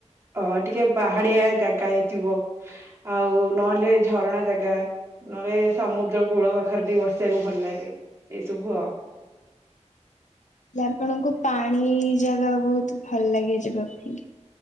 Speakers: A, on the right; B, on the left.
A: ଅ ଟିକେ ବାହାଡିଆ ଜାଗା ହେଇଥିବ। ବ ଆଉ ନହେଲେ ଝରଣା ଜାଗା, ନହେଲେ ସମୁଦ୍ର କୂଳ ପାଖରେ ଟିକେ ବସ କୁ ଭଲ ଲାଗେ ଏଇ ସବୁ ଆଉ।
B: ଆପଣଙ୍କୁ ପାଣି ଜାଗା ବହୁତ ଭଲ ଲାଗେ ଯିବା ପାଇଁ।